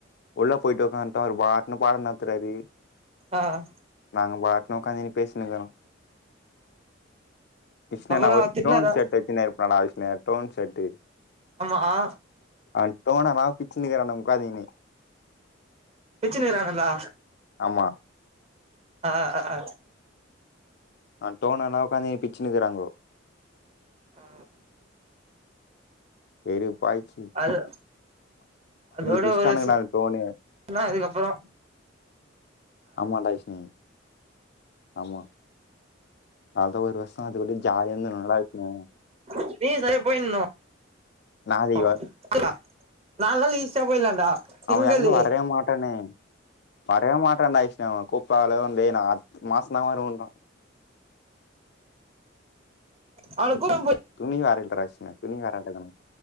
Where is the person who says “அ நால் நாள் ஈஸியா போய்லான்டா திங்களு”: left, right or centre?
Right